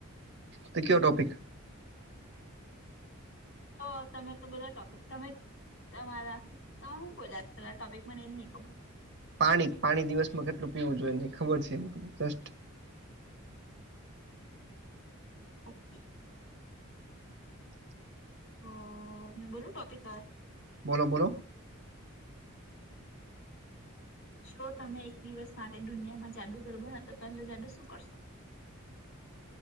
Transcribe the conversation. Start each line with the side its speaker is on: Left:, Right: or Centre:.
Right: તો ક ટોપિક
Left: તો તમે તો બધા ટપિક તમે તમારા તમે શું બોલ્યા પલા ટોપિક મને એમ નહી ખબર.
Right: પાણી પાણી દિવસમાં કેટલું પીવું જોઈએ ન ખબર છે. એમ જસ્ટ
Left: ઓકે. હ મે બોલું ટોપી હતું.
Right: બોલો બોલો.
Left: જો તમે એક દિવસ માટે દુનિયામાં જાદુગર બનો તો પહેલા જાદુ શું કરશો?